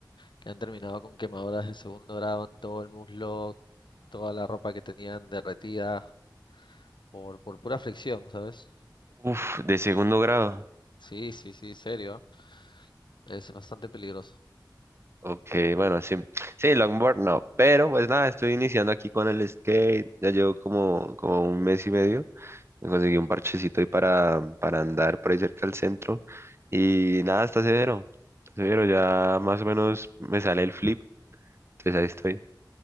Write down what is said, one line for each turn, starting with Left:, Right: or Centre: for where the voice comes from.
Left: que han terminado con quemaduras de segundo grado en todo el muslo, toda la ropa que tenían derretida por, por pura fricción, ¿sabes?
Right: Uf, de segundo grado.
Left: Sí, sí, sí, serio. ¿eh? Es bastante peligroso.
Right: Ok, bueno, sí. Sí, longboard no, pero pues nada, estoy iniciando aquí con el skate, ya llevo como, como un mes y medio. Me conseguí un parchecito ahí para, para andar por ahí cerca del centro. Y nada, está severo. Está severo, ya más o menos me sale el flip. Entonces ahí estoy.